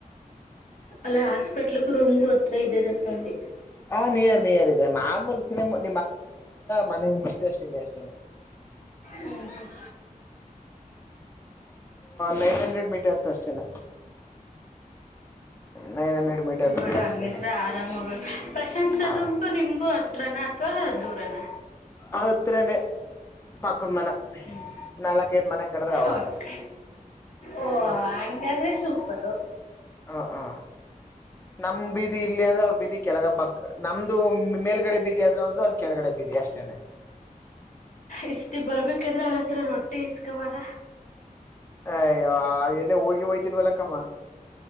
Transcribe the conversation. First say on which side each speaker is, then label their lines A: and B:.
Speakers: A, on the left; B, on the left.
A: ಅಲ್ಲ ಹಸ್ಪಿಟ್ ಇಟ್ ರೂಮ್ ಕು ಕೊತ್ರ ಇದೆೇ ತಪ್ಪಿ
B: ಹಾ ನಿಯರ್ ನಿಯರ್ ಇದೆ <inaudible> ಬೆನ್ ಮನೆ ಇಷ್ಟಿದೆ ಅಷ್ಟಿದೆ ಎಷ್ಟಿನ
A: ಹ್ಂ ಹಾ ಹುಂ
B: ನೈನ್ ಹಂಡ್ರೆಡ್ ಮೀಟರ್ಸ್ ಅಷ್ಟೇನೆ ನೈನ್ ಹಂಡ್ರೆಡ್ ಮೀಟರ್ಸ್
A: ಬಿಡು
B: ಅಷ್ಟೇನೆ
A: ಹಂಗಿದ್ರೆ ಆರಾಮಗ ಪ್ರಶಾಂತ್ ಸರ್ಮ್ಗೂ
B: ಹ
A: ನಿಮ್ಗೂ ಅ ತ್ರಣ ಅಥವಾ ದೂರನ
B: ಹತ್ರಣ ನಕ್ಕ ಮನ
A: ಹ್ಮ್
B: ನಾಲ್ಕೈದ್ ಮನೆ ಕಡದ್ರೆ
A: ಪಕ್
B: ಹೌದು ಹುಂ.
A: ಓ ಹಂಗಾದ್ರೆ ಸೂಪರು
B: ಹ ಹ ನಮ ಬೀದಿ ಇಲ್ಲಿ ಅಂದ್ರೆ ಅವ್ರ ಬೀದಿ ಕೆಳಗ ಪಕ್ಕ ನಮ್ದು ಮೇಲ್ಗಡೆ ಬಿ ಅದ್ರ್ದ ಅವ್ ಕೆಳಗಡೆ ಬೀದಿ ಅಷ್ಟೇನೆ.
A: ಇಷ್ಟ ಬರ್ಬೇಕಂದ್ರೆ ಅವರ ಹತ್ರ ರೊಟ್ಟಿ ಇಸ್ಕೊಬರ
B: ಅಯ್ಯೋ ಎಲ್ಲ ಹೋಗಿ ಹೋಯ್ತನ್ ವಲಕ್ಕಮ್ಮ